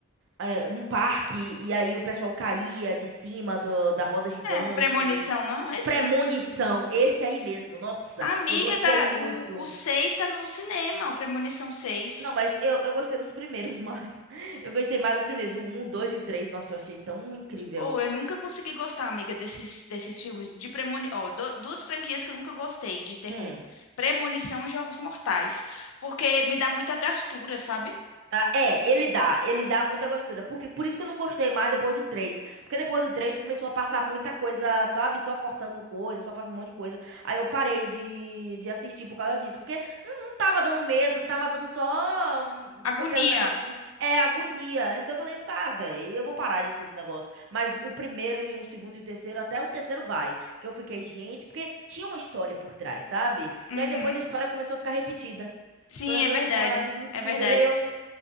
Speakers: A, on the right; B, on the left.
A: é, um parque, e aí o pessoal caía de cima do, da roda gigante.
B: É premonição, não esse?
A: Premonição, esse aí mesmo. Nossa,
B: Amiga,
A: eu gostei
B: tá,
A: muito.
B: o, o seis tá no cinema, o Premonição seis
A: Não, mas eu, eu gostei dos primeiros mais. <laughs> Eu gostei mais dos primeiros. O 1, o 2 e o 3. Nossa, eu achei tão incrível.
B: Ou eu nunca consegui gostar, amiga, desses, desses filmes de premonição. Ó, du- duas franquias que eu nunca gostei de terror:
A: Hum.
B: Premonição e Jogos Mortais. Porque me dá muita gastura, sabe?
A: Ah, é, ele dá. Ele dá muita gostura. Porque por isso que eu não gostei mais depois do três, Porque depois do 3 começou a passar muita coisa, sabe? Só cortando coisa, só fazendo um monte de coisa. Aí eu parei de, de assistir por causa disso. Porque não tava dando medo, tava dando só um-
B: Agonia.
A: um- aquele negócio de é agonia. Então eu falei, vá, velho, eu vou parar de assistir esse negócio. Mas o primeiro e o segundo e o terceiro, até o terceiro vai. Que eu fiquei, gente, porque tinha uma história por trás, sabe?
B: Uhum.
A: E aí depois a história começou a ficar repetida.
B: Sim,
A: Começou
B: é verdade.
A: a ficar repetida.
B: É verdade.
A: E aí eu f-